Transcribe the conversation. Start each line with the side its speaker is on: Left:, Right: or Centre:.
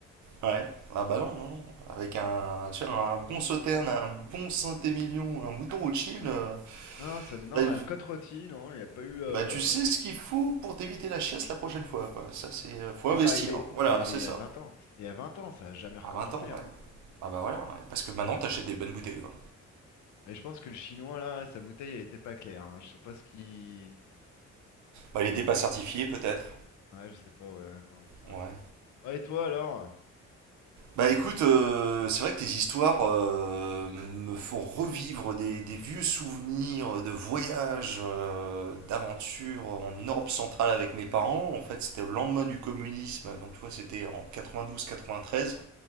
Right: Ouais. Ah bah non, non, non. Avec un, tu vois, un bon sauterne, un bon Saint-Émilion, un mouton Rothschild, euh,
Left: Non, ça, me- non,
Right: là, euh,
Left: un côte rôti, non, il n'y a pas eu. euh,
Right: bah tu sais ce qu'il faut pour t'éviter la chiasse la prochaine fois, quoi. Ça c'est, euh, faut
Left: Mais
Right: investir.
Left: c'est arrivé,
Right: hein. Voilà,
Left: c'est arrivé
Right: c'est
Left: il
Right: ça.
Left: y a 20 ans. C'était Il y a 20 ans, ça n'a jamais recommencé.
Right: À 20 ans,
Left: hein.
Right: ouais. Ah bah voilà, ouais. Parce que maintenant t'achètes des bonnes bouteilles de vin.
Left: Et je pense que le chinois là, sa bouteille, elle était pas claire. hein. Je sais pas ce qui.
Right: Bah il
Left: Ah
Right: était
Left: bon,
Right: pas certifié, peut-être.
Left: ouais, je sais pas. Ouais, non, il y avait
Right: Ouais.
Left: un truc. hein. Bah, et toi alors?
Right: Bah écoute, euh, c'est vrai que tes histoires euh, me font revivre des, des vieux souvenirs de voyages, euh, d'aventures en Europe centrale avec mes parents. En fait, c'était le lendemain du communisme, donc tu vois, c'était en 92-93.